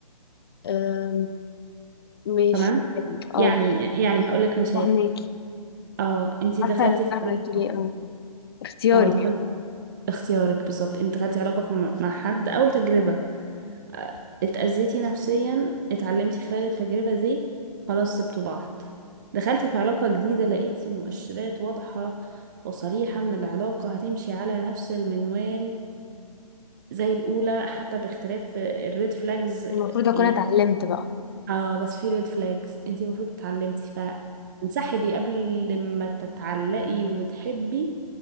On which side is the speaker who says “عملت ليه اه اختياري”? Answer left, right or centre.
Left